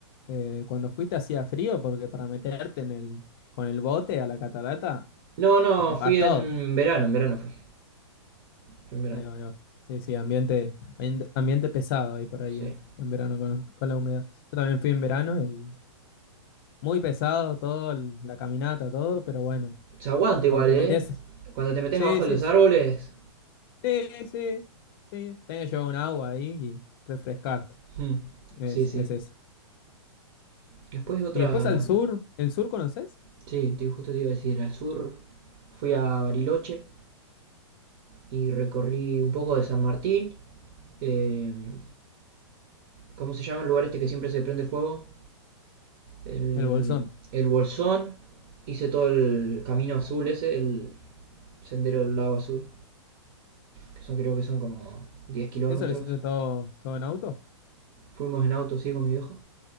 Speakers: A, on the left; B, on the right.
A: eh, cuando fuiste hacía frío, porque para meterte en el, con el bote a la catarata,
B: no, no,
A: te mojas
B: fui en
A: todo.
B: verano, en verano fui. Fui en verano,
A: Ahí va, ahí va. Sí, sí, ambiente, ambiente, ambiente pesado ahí por ahí,
B: sí.
A: en, en verano con, con la humedad. Yo también fui en verano y muy pesado todo, el- la caminata, todo, pero bueno,
B: Se aguanta igual,
A: cuando te
B: ¿eh?
A: metes,
B: Cuando te metes
A: sí,
B: abajo
A: sí,
B: de los
A: sí,
B: árboles.
A: sí, sí, sí, tenés que llevar un agua ahí y refrescarte,
B: Hmm,
A: es,
B: Sí, sí.
A: es esa.
B: Después otra...
A: Y después al sur, ¿el sur conoces?
B: Sí, te- justo te iba a decir, al sur fui a Bariloche y recorrí un poco de San Martín. em, ¿cómo se llama el lugar este que siempre se prende fuego? El,
A: El Bolsón.
B: el Bolsón. Hice todo el camino azul ese, el sendero del lago azul. que son, creo que son como 10 kilómetros.
A: ¿Eso lo hiciste todo, todo en auto?
B: Fuimos en auto, sí, con mi viejo.